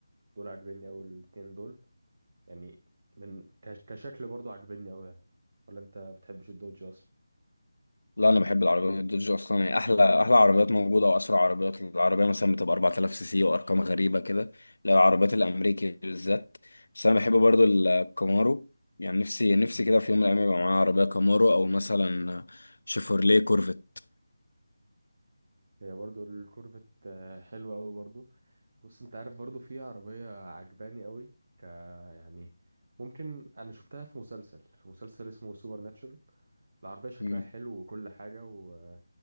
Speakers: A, on the right (about 35°); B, on the left (about 85°).
A: دول عاجبني قوي الاتنين دول يعني من كش- كشكل برضو عاجبني قوي يعني ولا انت بتحبش الدوج اصلا
B: لا انا بحب العربية الدوج اصلا هي احلى احلى عربيات موجودة واسرع عربيات العربية مثلا بتبقى 4000 سي سي وارقام غريبة كده لا العربيات الامريكي بالذات بس انا بحب برضو الكامارو يعني نفسي نفسي كده في يوم من الايام يبقى معايا عربية كامارو او مثلا شيفورليه كورفت
A: هي برضو الكورفت آه، حلوة أوي برضو بص انت عارف برضو في عربية عجباني أوي ك يعني ممكن أنا شفتها في مسلسل في مسلسل اسمه سوبر ناتشورال العربية شكلها
B: مم.
A: حلو وكل حاجة و...